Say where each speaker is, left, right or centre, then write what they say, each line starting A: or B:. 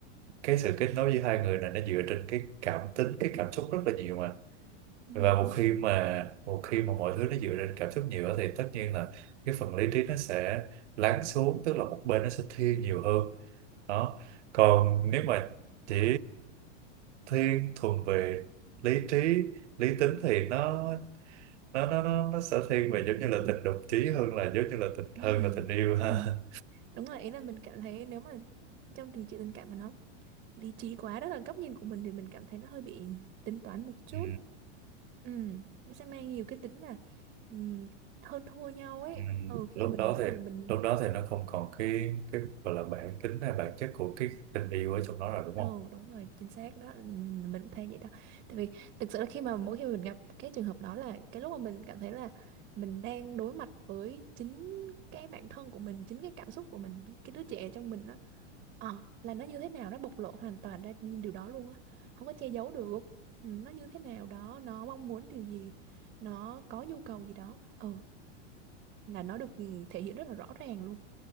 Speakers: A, on the right (about 70°); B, on the right (about 25°).
A: cái sự kết nối giữa hai người này nó dựa trên cái cảm tính cái cảm xúc rất là nhiều mà
B: ừ,
A: và một
B: đúng rồi.
A: khi mà một khi mà mọi thứ nó dựa trên cảm xúc nhiều á thì tất nhiên là cái phần lý trí nó sẽ lắng xuống tức là một bên nó sẽ thiên nhiều hơn đó còn nếu mà chỉ thiên thuần về lý trí lý tính thì nó nó nó nó nó sẽ thiên về giống như là tình đồng chí hơn là giống như là tình
B: Ừ.
A: hơn là tình yêu ha
B: ừ. <clears throat>
A: <laughs>
B: Đúng rồi, ý là mình cảm thấy nếu mà trong tình chuyện tình cảm mà nó lý trí quá đó là góc nhìn của mình thì mình cảm thấy nó hơi bị tính toán một chút
A: ừ.
B: Ừ, nó sẽ mang nhiều cái tính là ừm, hơn thua nhau ấy.
A: Ừ,
B: Ừ, khi
A: lúc
B: mà mình
A: đó
B: bắt
A: thì
B: đầu là mình
A: lúc đó thì nó không còn cái cái gọi là bản tính hay bản chất của cái tình yêu ở trong đó rồi đúng không
B: Ừ, đúng rồi, chính xác đó, mình mình cũng thấy vậy đó. Tại vì thực sự là khi mà mỗi khi mà mình gặp cái trường hợp đó là cái lúc mà mình cảm thấy là mình đang đối mặt với chính cái bản thân của mình, chính cái cảm xúc của mình, cái đứa trẻ trong mình đó. Ờ, là nó như thế nào, nó bộc lộ hoàn toàn ra nhìn điều đó luôn á. Không có che giấu được. Ừ, nó như thế nào đó, nó mong muốn điều gì, nó có nhu cầu gì đó. Ừ, là nó được ừ, thể hiện rất là rõ ràng luôn